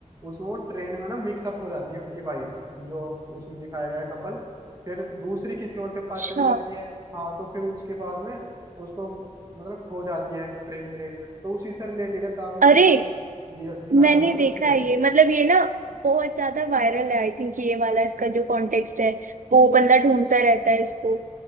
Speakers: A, on the right; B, on the right.
A: उसमें वो ट्रेन में ना मिक्सअप हो जाती है उनकी वाइफ जो उसमें दिखाया गया है कपल फिर दूसरी किसी और के पास
B: अच्छा
A: चली जाती है हाँ तो फिर उसके बाद में उसको मतलब खो जाती है ट्रेन व्रेन में तो उसी से रिलेटेड है काफी
B: अरे
A: मतलब दिया- दिखाया
B: मैंने
A: बहुत
B: देखा
A: अच्छी है
B: है ये मतलब ये ना बहुत ज्यादा वायरल है आई थिंक ये वाला इसका जो कॉन्टेक्स्ट है वो बंदा ढूंढता रहता है इसको